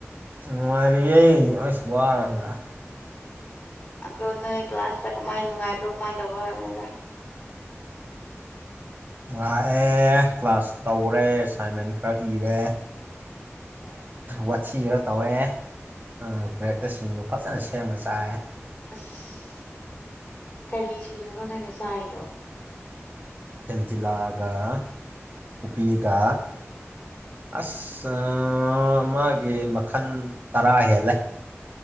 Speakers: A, on the right (about 40°); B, on the left (about 20°).
A: ꯅꯨꯡꯉꯥꯏꯔꯤꯌꯦ ꯑꯁ ꯋꯥꯔ ꯍꯜꯂꯛꯑꯦ
B: ꯑꯗꯣ ꯅꯣꯏ ꯀ꯭ꯂꯥꯁꯇ ꯀꯃꯥꯏꯟ ꯅꯨꯡꯉꯥꯏꯕ꯭ꯔꯣ ꯀꯃꯥꯏꯟ ꯇꯧꯕ꯭ꯔꯣ ꯍꯥꯏꯕꯅꯤꯗ
A: ꯂꯥꯛꯑꯦ ꯀ꯭ꯂꯥꯁ ꯇꯧꯔꯦ ꯑꯦꯁꯥꯏꯟꯃꯦꯟ ꯈꯔ ꯏꯔꯦ ꯋꯥꯊꯤ ꯈꯔ ꯇꯧꯔꯦ ꯑ ꯕ꯭ꯔꯦꯛꯇ ꯁꯤꯡꯖꯨ ꯐꯖꯅ ꯁꯦꯝꯃ ꯆꯥꯔꯦ
B: ꯑꯁ ꯀꯔꯤ ꯁꯤꯡꯖꯨꯅꯣ ꯅꯣꯏꯅ ꯆꯥꯔꯤꯗꯣ
A: ꯁꯦꯟꯇꯤꯂꯥꯒ ꯀꯣꯄꯤꯒ ꯑꯁ ꯑꯥ ꯃꯥꯒꯤ ꯃꯈꯟ ꯇꯔꯥ ꯍꯦꯜꯂꯦ